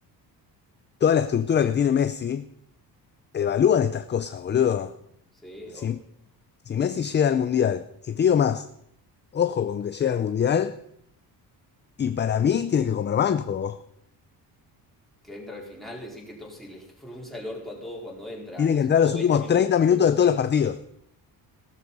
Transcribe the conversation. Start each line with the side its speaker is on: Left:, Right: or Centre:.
Left: toda la estructura que tiene Messi, evalúan estas cosas, boludo.
Centre: Sí,
Left: Si
Centre: obvio.
Left: Si Messi llega al Mundial, y te digo más, ojo con que llega al Mundial, y para mí tiene que comer banco.
Centre: Que entra al final, decir que todos se les frunza el orto a todos cuando entra,
Left: Tiene
Centre: los
Left: que entrar
Centre: últimos
Left: los
Centre: veinte
Left: últimos
Centre: minutos.
Left: 30 minutos de todos los partidos.